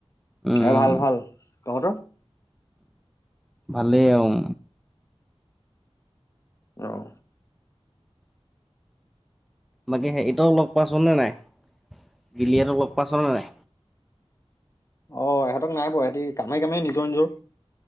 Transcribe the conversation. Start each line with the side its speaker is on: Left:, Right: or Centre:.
Centre: উম
Left: এ ভাল ভাল। কৰ
Centre: ভালেই আৰু।
Left: আহ।
Centre: বাকী হেটো লগ পাইচোন নে নাই গিলহাতক লগ পাইচোন নে নাই।
Left: আহ ইহঁতক নাই বাৰ সিহতি কামেই কামেই নিজৰ নিজৰ